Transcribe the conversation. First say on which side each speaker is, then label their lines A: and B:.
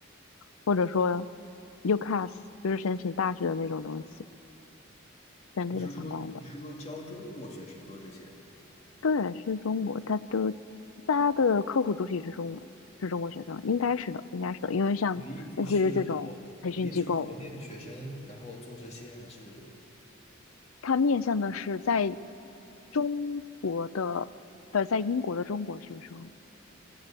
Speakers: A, on the left (about 85°); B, on the left (about 30°).
A: 或者说 UCAS，就是申请大学的那种东西，是跟这个相关的。
B: 你是说你是说教中国学生做这些？
A: 对，是中国，它都大家的客户主体是中文，是中国学生，应该是的，应该是的，因为像类似于这种培训机构，
B: 你的意思是国，你的意思是国内的学生，然后做这些，还是
A: 它面向的是在中国的，呃，在英国的中国学生，